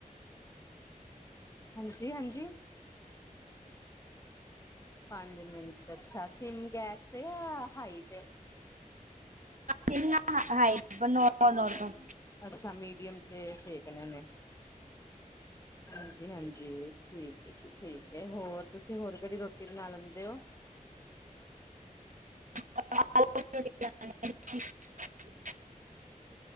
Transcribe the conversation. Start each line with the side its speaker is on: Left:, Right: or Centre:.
Left: ਹਾਂਜੀ ਹਾਂਜੀ। ਪੰਜ ਮਿੰਟ। ਅੱਛਾ ਸਿਮ ਗੈਸ ਤੇ ਯਾਂ ਹਾਈ ਤੇ?
Right: ਕਿਨਾਂ ਹਾਈ ਨੋਰਮਲ ਨੋਰਮਲ।
Left: ਅੱਛਾ, ਮੀਡੀਅਮ ਤੇ ਸੇਕਨੇ ਨੇ। ਹਾਂਜੀ ਹਾਂਜੀ ਠੀਕ ਐ ਜੀ ਠੀਕ ਏ। ਹੋਰ ਤੁਸੀ ਹੋਰ ਕੇੜੀ ਰੋਟੀ ਬਣਾ ਲੈਂਦੇ ਓ?
Right: <unintelligible>